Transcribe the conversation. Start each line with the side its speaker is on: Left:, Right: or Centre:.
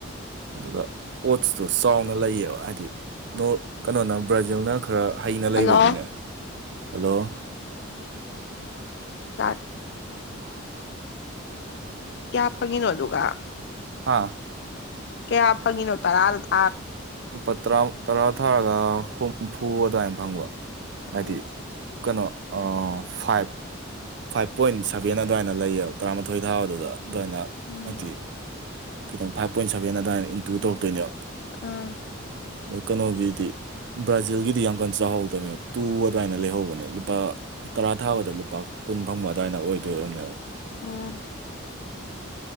Right: ꯑꯗꯨꯒ ꯑꯣꯠꯁꯇꯨ ꯆꯥꯎꯅ ꯂꯩꯌꯦꯕ ꯍꯥꯏꯗꯤ ꯅꯣꯔ ꯀꯩꯅꯣꯅ ꯕ꯭ꯔꯥꯖꯤꯜꯅ ꯈꯔ ꯍꯩꯅ ꯂꯩꯕꯒꯤꯅꯦ
Left: ꯍꯜꯂꯣ
Right: ꯍꯜꯂꯣ
Left: ꯇꯥꯔꯠ ꯀꯌꯥ ꯐꯪꯉꯤꯅꯣ ꯑꯗꯨꯒ
Right: ꯍꯥꯥ
Left: ꯀꯌꯥ ꯐꯪꯉꯤꯅꯣ ꯇꯔꯥꯗꯨꯗ
Right: ꯂꯨꯄꯥ ꯇꯔꯥ ꯇꯔꯥ ꯊꯥꯔꯒ ꯍꯨꯝꯐꯨ ꯑꯗꯨꯃꯥꯏꯅ ꯐꯪꯕ ꯍꯥꯏꯗꯤ
Left: ꯑꯁ
Right: ꯀꯩꯅꯣ ꯑꯥ ꯐꯥꯏꯚ ꯐꯥꯏꯚ ꯄꯣꯏꯟ ꯁꯚꯦꯟ ꯑꯗꯨꯃꯥꯏꯅ ꯂꯩꯌꯦꯕ ꯇꯔꯥꯃꯥꯊꯣꯏ ꯊꯥꯕꯗꯨꯗ ꯑꯗꯨꯃꯥꯏꯅ
Left: ꯎꯝ
Right: ꯍꯥꯏꯗꯤ ꯈꯤꯇꯪ ꯐꯥꯏꯚ ꯄꯣꯏꯟ ꯁꯚꯦꯟ ꯑꯗꯨꯃꯥꯏꯅ ꯏꯟꯇꯨ ꯇꯧꯔꯛꯇꯣꯏꯅꯦꯕ
Left: ꯑꯥ
Right: ꯀꯩꯅꯣ ꯒꯤꯗꯤ ꯕ꯭ꯔꯥꯖꯤꯜꯒꯤꯗꯤ ꯌꯥꯝ ꯀꯟꯅ ꯆꯥꯍꯎꯗꯕꯅꯦꯕ ꯇꯨ ꯑꯗꯨꯃꯥꯏꯅ ꯂꯩꯍꯧꯕꯅꯦ ꯂꯨꯄꯥ ꯇꯔꯥ ꯊꯥꯕꯗ ꯂꯨꯄꯥ ꯀꯨꯟ ꯐꯪꯕ ꯑꯗꯥꯏꯅ ꯑꯣꯏꯗꯣꯏ ꯑꯣꯔꯝꯅꯦ
Left: ꯎꯝ